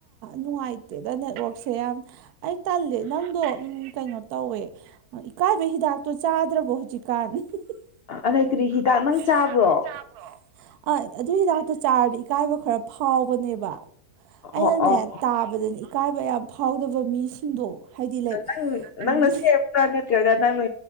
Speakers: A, on the right; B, on the left.
A: ꯅꯨꯡꯉꯥꯏꯇꯦꯗ ꯅꯦꯠꯋꯛꯁꯦ ꯌꯥꯝ ꯑꯩ ꯇꯜꯂꯦ ꯅꯪꯗꯣ ꯎꯝ ꯀꯩꯅꯣ ꯇꯧꯋꯦ ꯏꯀꯥꯏꯕ ꯍꯤꯗꯥꯛꯇꯣ ꯆꯥꯗ꯭ꯔꯕꯣ ꯍꯧꯖꯤꯛꯀꯥꯟ ꯅꯪ
B: ꯑꯗꯩ ꯀꯔꯤ ꯍꯤꯗꯥꯛ ꯅꯪ ꯆꯥꯕ꯭ꯔꯣ
A: ꯆꯥꯕ꯭ꯔꯣ ꯑ ꯑꯗꯨ ꯍꯤꯗꯥꯛ ꯑꯗꯨ ꯆꯥꯔꯗꯤ ꯏꯀꯥꯏꯕ ꯈꯔ ꯐꯥꯎꯕꯅꯦꯕ ꯑꯩꯅꯅꯦ
B: ꯑꯣ ꯑꯣ
A: ꯇꯥꯕꯗꯅ‌ꯦ ꯏꯀꯥꯏꯕ ꯌꯥꯝ ꯐꯥꯎꯗꯕ ꯃꯤꯁꯤꯡꯗꯣ ꯍꯥꯏꯗꯤ ꯂꯥꯏꯛ
B: ꯅꯪ
A: ꯎꯝ
B: ꯅꯪꯅ ꯁꯦꯝꯕ꯭ꯔꯥ ꯅꯠꯇ꯭ꯔꯒ ꯅꯪꯅ